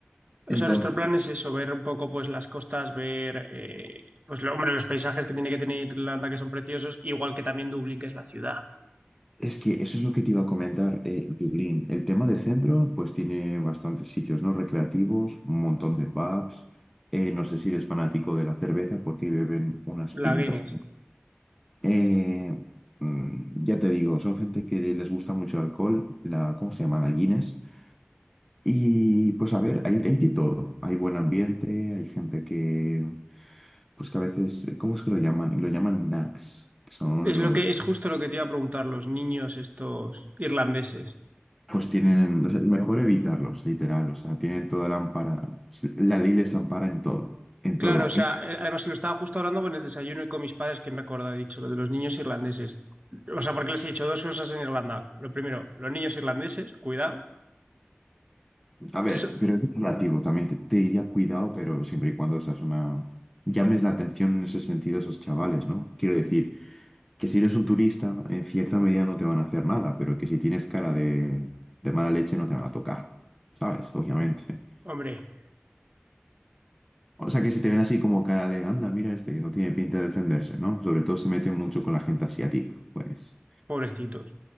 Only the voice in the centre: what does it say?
Entonces,
Es que eso es lo que te iba a comentar, eh, Dublín. El tema del centro, pues tiene bastantes sitios, ¿no? Recreativos, un montón de pubs. Eh, no sé si eres fanático de la cerveza porque beben unas pintas.
Eh, mm, ya te digo, son gente que les gusta mucho el alcohol, la, ¿cómo se llama? La Guinness. Y pues a ver, hay, hay de todo. Hay buen ambiente, hay gente que, pues que a veces, ¿cómo es que lo llaman? Lo llaman nags, que son
los
Pues tienen, o sea, mejor evitarlos, literal, o sea, tienen toda la ampara, la ley les ampara en todo, en todo.
A ver,
pero es relativo, también te, te diría cuidado, pero siempre y cuando seas una... llames la atención en ese sentido a esos chavales, ¿no? Quiero decir, que si eres un turista, en cierta medida no te van a hacer nada, pero que si tienes cara de, de mala leche no te van a tocar, ¿sabes? Obviamente.
O sea, que si te ven así como cara de, anda, mira este, que no tiene pinta de defenderse, ¿no? Sobre todo se meten mucho con la gente asiática, pues.